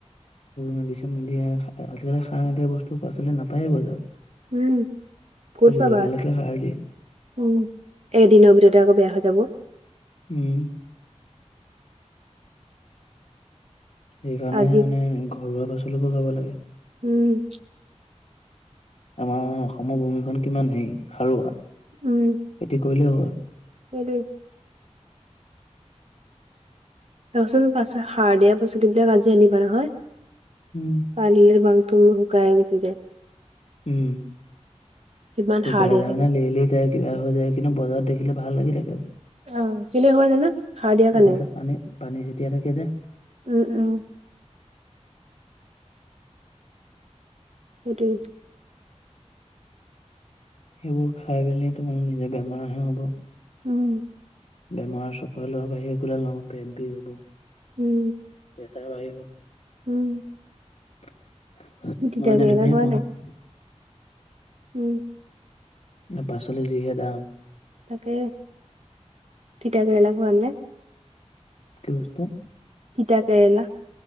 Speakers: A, on the left (about 65°); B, on the right (about 60°).
A: মেডিচিন নিদিয়া। আজিকালি সাৰ নিদিয়া, বস্তু পাচলি নাপায়ে, বজাৰত।
B: উম, ক'ত
A: জলকীয়ালৈকে
B: পাবা?
A: সাৰ দিয়ে।
B: উম, এদিনৰ ভিতৰতে, আকৌ বেয়া হৈ যাব।
A: উম! সেইকাৰণে
B: আজি
A: মানে, ঘৰুৱা পাচলিববোৰ খাব লাগে।
B: উম!
A: আমাৰ অসমৰ ভূমিখন, কিমান হেৰি, সাৰুৱা।
B: উম!
A: খেতি কৰিলেই হয়।
B: সেইটোৱে! তাৰপাচোন, পাছত সাৰ দিয়া, পাচলিবিলাক আজি আনিবা নহয়।
A: উম!
B: <unintelligible> শুকাই গুছি যায়।
A: উম!
B: কিমান
A: শুকাই
B: সাৰ দিয়া
A: যায়
B: থাকে।
A: মানে, লেৰেলি যায়। কিবা হৈ যায়। কিন্তু, বজাৰত দেখিলে, ভাল লাগি থাকে।
B: অ'! কেনে হ'ব জানোঁ? সাৰ দিয়া কাৰণে।
A: বজাৰত পানী পানী যেতিয়া থাকে যে
B: উম, উম। সেইটো।
A: সেইবোৰ খাই পেলি, তোমাৰে নিজৰ বেমাৰহে হ'ব।
B: উম!
A: বেমাৰ চপাই লোৱা বাহিৰে, একো ডাল নহ'ব, পেট বিষ হ'ব।
B: উম!
A: প্ৰেচাৰো বাঢ়িব।
B: উম!
A: <unintelligible>
B: তিতা
A: নহয় নে
B: কেৰেলা
A: তুমিয়ে
B: খোৱা
A: কোৱা
B: নাই? উম!
A: এই, পাচলি যিহে দাম!
B: তাকে, তিতাকেৰেলা খোৱালে।
A: কি বস্তু?
B: তিতা কেৰেলা।